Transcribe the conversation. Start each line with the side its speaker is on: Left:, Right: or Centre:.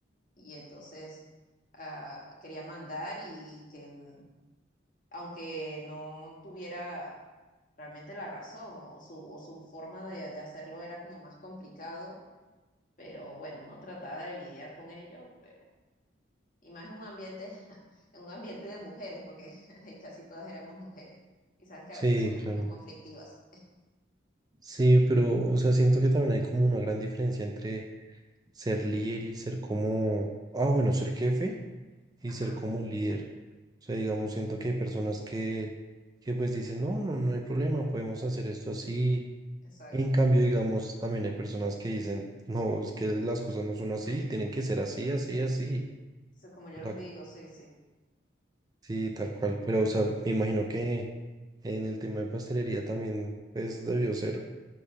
Left: Y entonces ah, quería mandar y que n- aunque no tuviera realmente la razón o su, o su forma de de hacerlo era como más complicado pero bueno, uno trataba de lidiar con ello, pe- y más en un ambiente, <laughs> en un ambiente de mujeres, porque <laughs> ahí casi todas éramos mujeres, y sabes que
Right: sí,
Left: a veces somos
Right: claro.
Left: como conflictivas.
Right: Sí, pero, o sea, siento que también hay como una gran diferencia entre ser líder y ser como, ah, bueno, ser jefe y
Left: Ajá,
Right: ser como líder. O sea, digamos, siento que hay personas que, que pues dicen, no, no, no hay problema, podemos hacer esto así.
Left: exacto.
Right: En cambio, digamos, también hay personas que dicen, no, es que las cosas no son así, tienen que ser así, así, así.
Left: Sí, como yo
Right: O
Left: los
Right: sea,
Left: digo, sí, sí.
Right: sí, tal cual. Pero, o sea, me imagino que en el tema de pastelería también, pues, debió ser